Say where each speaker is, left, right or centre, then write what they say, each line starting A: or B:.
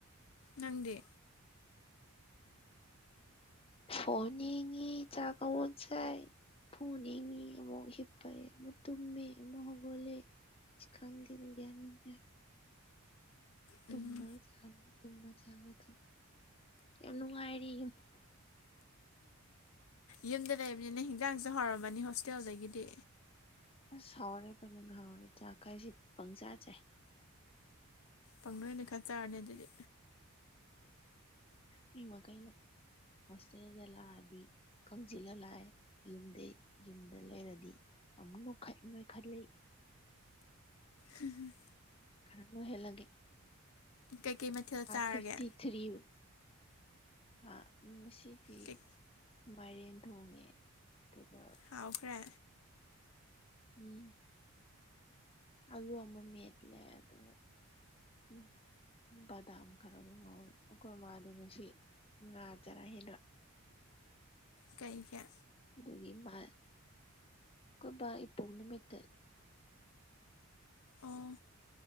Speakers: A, on the left (about 70°); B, on the left (about 25°).
A: ꯅꯪꯗꯤ
B: ꯐꯣꯟ ꯌꯦꯡꯉꯤ ꯆꯛ ꯑꯃꯨꯛ ꯆꯥꯢ ꯐꯨ ꯌꯦꯉꯤ ꯑꯃꯨꯛ ꯍꯤꯞꯄꯥꯏ ꯑꯃꯨꯛ ꯇꯨꯝꯃꯦ ꯑꯃꯨꯛ ꯍꯧꯒꯣꯂꯦ ꯑꯁ ꯈꯪꯘꯦꯘ ꯒꯤꯌꯟ ꯃꯦꯟꯇꯘꯦ
A: ꯎꯝ
B: ꯇꯨꯝꯕꯒ ꯆꯕꯒ ꯇꯨꯝꯕꯒ ꯆꯕꯒ ꯌꯥꯝ ꯅꯨꯡꯉꯥꯏꯔꯤ
A: ꯌꯨꯝꯗ ꯂꯩꯕꯅꯤꯅꯦ ꯍꯤꯟꯖꯥꯡꯁꯨ ꯍꯧꯔꯃꯅꯤ ꯍꯣꯁꯇꯦꯜꯗꯒꯤꯗꯤ
B: ꯑꯁ ꯍꯋꯥꯔꯦ ꯄꯖꯅ ꯍꯋꯥꯔꯦ ꯆ ꯀꯥꯏꯁꯤ ꯄꯪ ꯆꯥ ꯆꯦ
A: ꯄꯪꯅꯣꯏꯅ ꯈ ꯆꯥꯔꯅꯤ ꯑꯗꯨꯗꯤ
B: ꯃꯤ ꯃꯈꯩꯅ ꯍꯣꯁꯇꯦꯜꯗ ꯂꯗꯤ ꯈꯪꯁꯤꯜꯂ ꯂꯥꯛꯑꯦ ꯌꯨꯝꯗꯩ ꯌꯨꯝꯗ ꯂꯩꯔꯗꯤ ꯑꯃꯨꯛ ꯅꯣꯏꯈꯠꯂꯤ
A: ꯍꯝ ꯍꯝ
B: ꯈꯔ ꯍꯦꯜꯂꯒ
A: ꯀꯩꯀꯩ ꯃꯊꯦꯜ ꯆꯥꯔꯒꯦ
B: ꯐꯇꯤ ꯊꯔꯤ ꯍꯥ ꯎ ꯁꯤꯊꯤ
A: ꯀꯩ
B: ꯃꯥꯏꯔꯦꯟ ꯊꯣꯡꯉꯦ ꯑꯗꯨꯒ
A: ꯍꯥꯎꯈ꯭ꯔꯦ
B: ꯎꯝ ꯑꯜꯂꯨ ꯑꯃꯃ ꯃꯠꯂ ꯑꯗꯣ ꯎꯝ ꯕꯗꯥꯝ ꯈꯔ ꯑꯗꯨꯝ ꯉꯧꯋꯦ ꯑꯩꯈꯣꯏ ꯃꯥꯗꯣ ꯉꯁꯤ ꯉꯥ ꯆꯔꯛ ꯍꯦꯗ
A: ꯀꯩ ꯀꯦ
B: ꯑꯗꯨꯒꯤ ꯃꯥ ꯀꯕ ꯏꯄꯣꯛ ꯅꯨꯃꯤꯠ
A: ꯑꯣ